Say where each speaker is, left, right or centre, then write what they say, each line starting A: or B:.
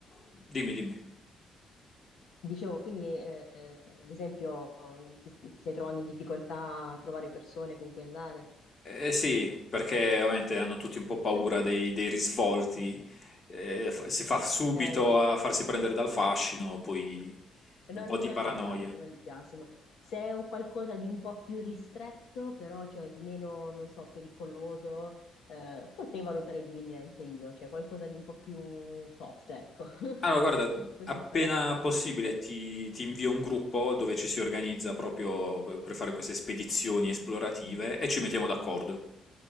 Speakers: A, on the left; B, on the left.
A: Dimmi, dimmi.
B: dicevo, quindi eh, ad esempio ti, ti stai trovando in difficoltà a trovare persone con cui andare?
A: Eh sì, perché ovviamente hanno tutti un po' paura
B: <laughs>
A: dei, dei risvolti, eh, fa- si fa subito
B: Eh,
A: a farsi prendere dal fascino, poi
B: Eh, Non,
A: un po' di
B: non
A: paranoia.
B: li biasimo, non li biasimo. Se è un qualcosa di un po' più ristretto, però cioè, di meno, non so, pericoloso, eh, potrei valutare di venire anche io, cioè qualcosa di un po' più soft, ecco. <laughs>
A: Allora, guarda,
B: Così
A: appena
B: magari a partire.
A: possibile ti, ti invio un gruppo dove ci si organizza proprio per per fare queste spedizioni esplorative e ci mettiamo d'accordo.